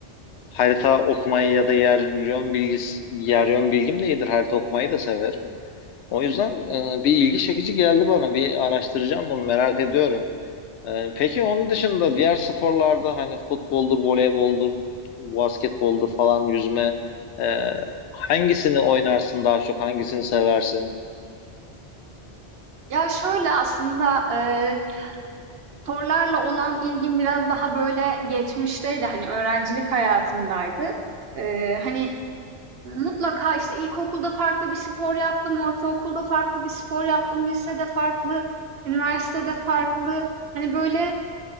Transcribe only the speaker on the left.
harita okumayı ya da yer yön bilgisi yer yön bilgim de iyidir. Harita okumayı da severim. O yüzden e, bir ilgi çekici geldi bana. Bir araştıracağım bunu merak ediyorum. Ee, peki onun dışında diğer sporlarda hani futboldur, voleyboldur, basketboldur falan yüzme e, hangisini oynarsın daha çok hangisini seversin?